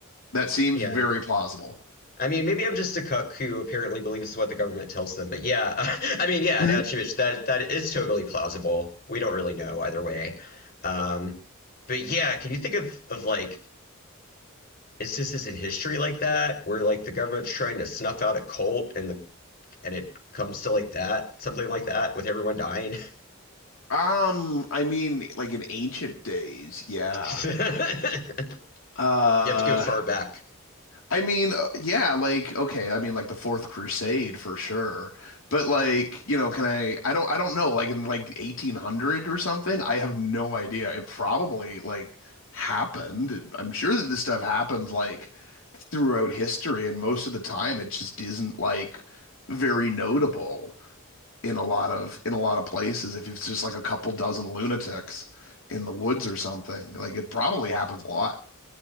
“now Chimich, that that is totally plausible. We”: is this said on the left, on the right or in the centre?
Left